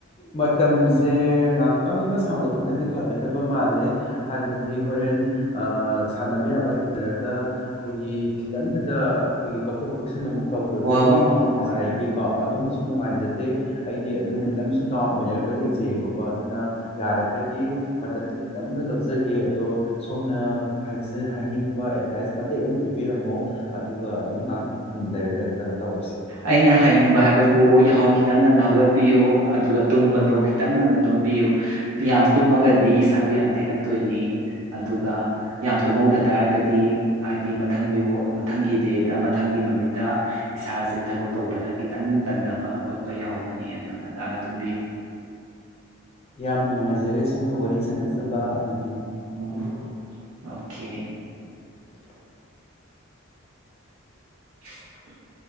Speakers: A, on the left; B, on the right.
A: ꯃꯇꯝꯁꯦ ꯉꯥꯛꯇꯪꯒ ꯁꯥꯡꯗꯣꯛꯄꯅꯗꯤ ꯐꯒꯗꯕ ꯃꯥꯜꯂꯦ ꯍꯥꯏꯕꯗꯤ ꯍꯣꯔꯦꯟ ꯑꯥ ꯁꯥꯟꯅꯕ ꯌꯥꯕ ꯁꯥꯟꯅꯔꯒ ꯑꯈꯣꯏꯒꯤ ꯈꯤꯇꯪꯗꯗ ꯑꯈꯣꯏꯒꯤ ꯀꯛꯊꯣꯛ ꯀꯛꯁꯤꯟ ꯑꯃꯨꯛ ꯇꯧꯒꯔꯥꯒꯗꯤ
B: ꯍꯣꯏ ꯍꯣꯏ ꯍꯣꯏ ꯍꯣꯏ
A: ꯉꯁꯥꯏꯒꯤ
B: ꯍꯣꯏ ꯎꯝ
A: ꯀꯣ ꯑꯗꯨꯝꯕꯁꯨ ꯅꯨꯡꯉꯥꯏ <unintelligible> ꯑꯩꯗꯤ ꯑꯗꯨꯝ
B: ꯎꯝ
A: ꯈꯤꯠ ꯇꯪꯁꯨ ꯗꯥꯎꯟ ꯑꯣꯏꯔꯛ ꯂꯩꯖꯩꯑꯕꯀꯣ ꯑꯗꯨꯅ ꯌꯥꯔꯒꯗꯤ ꯃꯇꯝꯁꯦ ꯈꯤꯇꯪꯒ ꯂꯧꯖꯒꯦ ꯑꯗꯣ ꯁꯣꯝꯅ ꯍꯥꯏꯖ ꯍꯥꯏꯅꯤꯡꯕ ꯑꯦꯗꯚꯥꯏꯁ ꯃꯇꯦꯛ ꯑꯃ ꯄꯤꯕꯤꯔꯝꯃꯣ ꯑꯗꯨꯒ ꯑꯗꯨꯝ ꯉꯥꯛꯇꯪ ꯊꯝ ꯂꯩꯔꯒ ꯀꯩꯅꯣ ꯇꯧꯔꯁꯤ
B: ꯑꯩꯅ ꯍꯥꯏꯅꯤꯡꯕ ꯍꯥꯏꯕꯕꯨ ꯌꯥꯍꯧ ꯈꯤꯇꯪ ꯉꯟꯅ ꯍꯧꯒꯠ ꯄꯤꯌꯣ ꯑꯗꯨꯒ ꯇꯨꯝꯕꯗꯣ ꯈꯤꯇꯪ ꯉꯟꯅ ꯇꯨꯝꯕꯤꯌꯨ ꯌꯥꯝ ꯇꯨꯝꯃꯒꯗꯤ ꯏꯁꯥꯗꯨ ꯌꯥꯝ ꯇꯦꯛꯈꯠꯇꯣꯏꯅꯦ ꯑꯗꯨꯒ ꯌꯥꯝ ꯇꯨꯝꯍꯧꯗ ꯇꯥꯔꯒꯗꯤ ꯍꯥꯏꯗꯤ ꯃꯊꯪꯒꯤ ꯃꯊꯪꯒꯤ ꯗꯦꯗ ꯃꯊꯪꯒꯤ ꯅꯨꯃꯤꯠꯇ ꯏꯁꯥꯁꯦ ꯊꯕꯛ ꯇꯧꯕꯗ ꯈꯤꯇꯪ ꯇꯟꯗꯕ ꯈꯣꯠꯄ ꯌꯥꯎꯕꯅꯤ ꯑꯗꯨꯅ ꯉꯟꯇꯥꯅ ꯇꯨꯝꯕꯤꯌꯨ
A: ꯌꯥꯝ ꯅꯨꯡꯉꯥꯏꯖꯔꯦ ꯁꯣꯝꯒ ꯋꯥꯔꯤ ꯁꯥꯟꯅꯖꯕ ꯑꯗꯨ
B: ꯎꯝ ꯑꯣꯀꯦ <inaudible>